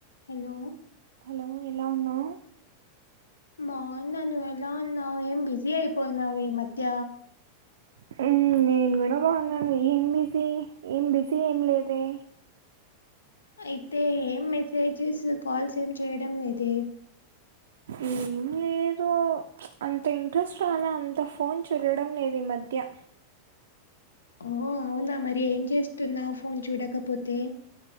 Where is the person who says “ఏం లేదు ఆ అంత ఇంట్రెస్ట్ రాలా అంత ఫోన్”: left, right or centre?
Right